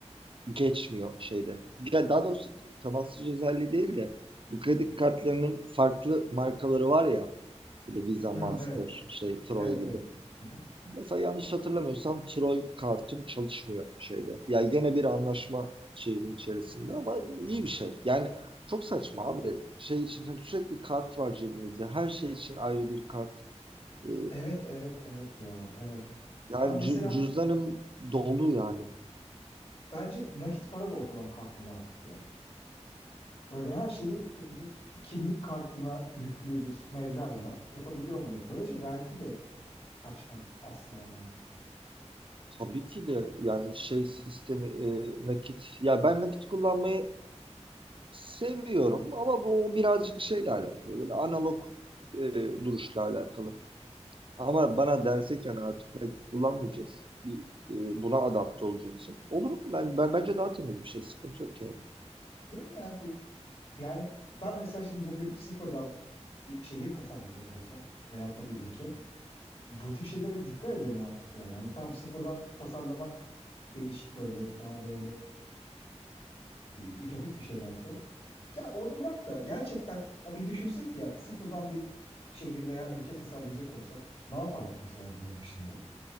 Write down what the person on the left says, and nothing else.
Hı,
evet.
Evet,
evet. Aha.
Hmm.
Evet, evet, evet ya. Evet.
Ben mesela
bence nakit para da ortadan kalkmalı artık Böyle her şeyi k- bir kimlik kartına yüklü bir mevlayla yapabiliyor olmalıyız. Böylece vergi de kaçmaz asla yani.
Değil mi? Yani, bir- yani ben mesela şimdi bugün sıfırdan bir şehir tasarlayacak olsam veyahut da bir ülke bu tip şeylere dikkat ederim artık yani. Hani tam sıfırdan tasarlamak değişik böyle daha böyle e, ütopik bir şey belki ama. Ya onu bırak da gerçekten ya bir düşünsek ya sıfırdan bir şehir veya ülke tasarlayacak olsak ne yapardık mesela bunun dışında?